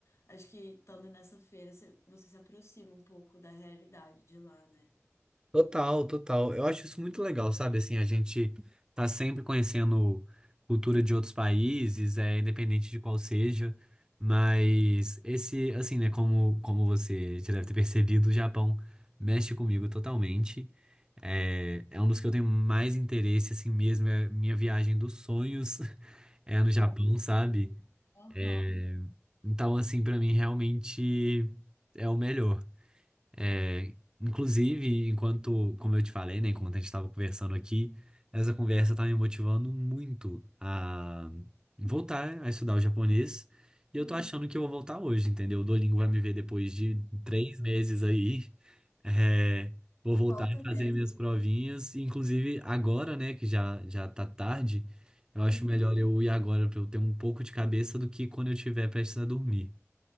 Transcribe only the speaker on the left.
Acho que estando nessa feira, você você se aproxima um pouco da realidade de lá, né?
Nossa, sim.
Aham.
Sim.
Volta
mesmo.
Uhum.